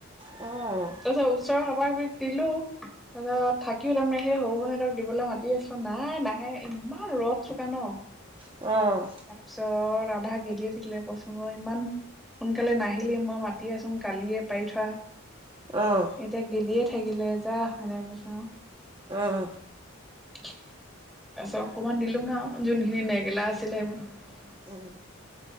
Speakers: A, on the right; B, in the centre.
A: উম।
B: তাৰ পাছত ওচৰৰ কাবা-কাবিক দিলোঁ। তাৰ পিছত থাকিও তাৰমানে সেই সৰুবন তহঁতক দিবলৈ মাতি আছোঁ নাই নাহে। ইমান ৰ'দ চোকা ন?
A: অঁ।
B: তাৰপিছত আধা গেলিয়ে থাকিলে কৈছোঁং ক ইমান সোনকালে নাহিলি মই মাতি আছোঁং কালিয়ে পাৰি থোৱা।
A: অঁ!
B: এতিয়া গেলিয়ে থাকিলে যা সেনেকে বুলি চোং।
A: অঁ!
B: তাৰপিছত অকমান দিলোং আৰু যোনখিনি নেগেলা আছিলে সেইবোৰ।
A: উম।